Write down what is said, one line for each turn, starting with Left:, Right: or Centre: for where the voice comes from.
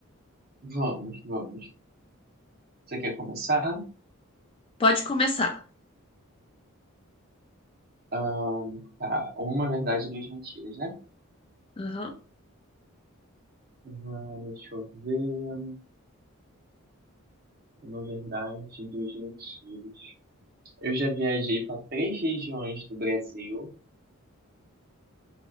Right: Vamos, vamos. Você quer começar?
Left: Pode começar.
Right: Ahn, tá, uma verdade e duas mentiras, né?
Left: Aham.
Right: Ah, deixa eu ver. Uma verdade e duas mentiras. Eu já viajei para três regiões do Brasil.